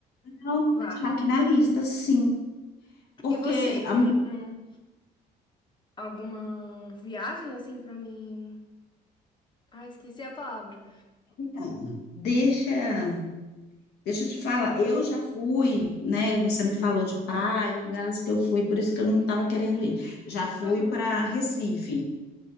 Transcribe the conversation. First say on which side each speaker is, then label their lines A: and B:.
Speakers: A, on the left (about 75°); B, on the left (about 25°).
A: Não, vou
B: vá.
A: deixar aqui na lista, sim. Porque,
B: E você,
A: a-
B: tem alguma alguma viagem assim pra mim? Ah, esqueci a palavra.
A: então, deixa, deixa eu te falar, eu já fui,
B: Hum,
A: né? Você me falou de praia, lugares que eu fui, por isso que eu não
B: Sei.
A: estava querendo ir. Já fui
B: Aham.
A: para Recife,